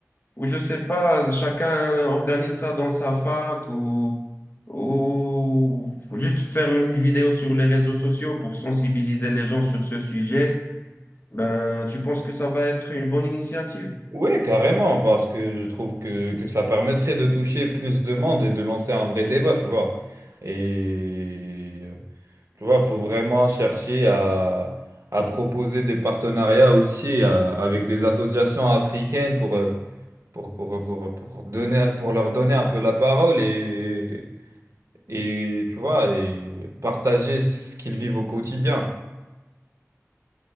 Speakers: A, on the left; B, on the right.
A: ou je sais pas, chacun organise ça dans sa fac ou, ou juste faire une vidéo sur les réseaux sociaux pour sensibiliser les gens sur ce sujet, ben, tu penses que ça va être une bonne initiative?
B: Oui, carrément, parce que je trouve que, que ça permettrait de toucher plus de monde et de lancer un vrai débat, tu vois. Et euh, tu vois, faut vraiment chercher à, à proposer des partenariats aussi euh, avec des associations africaines pour, euh, pour, pour, pour, pour donner, pour leur donner un peu la parole et, et tu vois, et partager ce qu'ils vivent au quotidien.